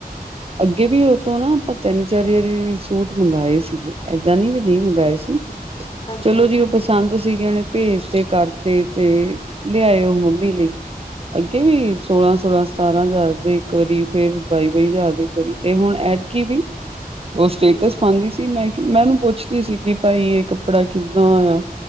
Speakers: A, on the right; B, on the left.
A: ਅੱਗੇ ਵੀ ਓ ਤੋ ਨਾ ਆਪਾਂ ਤੇਨ-ਚਾਰ ਵਾਰੀ ਸੂਟ ਮੰਗਾਏ ਸੀਗੇ ਏਦਾਂ ਨੀ ਵੀ ਨਈ ਮੰਗਵਾਏ ਸੀ।
B: ਹਾਂਜੀ
A: ਚਲੋ
B: ਹਾਂਜੀ
A: ਜੀ ਓ ਪਸੰਦ ਸੀਗੇ ਓਨੇ ਭੇਜ ਤੇ ਕਰਤੇ ਤੇ, ਲੇਆਏ ਓ ਮੰਮੀ ਲੀ। ਅੱਗੇ ਵੀ ਸੋਲਾਂ-ਸੋਲਾਂ ਸਤਾਰਾਂ ਹਜ਼ਾਰ ਦੇ ਕਰੀ ਫੇਰ ਬਾਈ-ਬਾਈ ਜਾ ਦੇ ਕਰੀ ਤੇ ਹੁਣ ਐਤਕੀ ਵੀ, ਓ ਸਟੇਟਸ
B: ਹਾਂਜੀ
A: ਪਾਦੀ ਸ ਕੇ ਮੈਂ ਕੇ ਮੈਂ ਓਨੂੰ ਪੁੱਛਦੀ ਸੀਗੀ ਭਾਈ ਏ ਕੱਪੜਾ ਕਿੱਦਾਂ ਆ।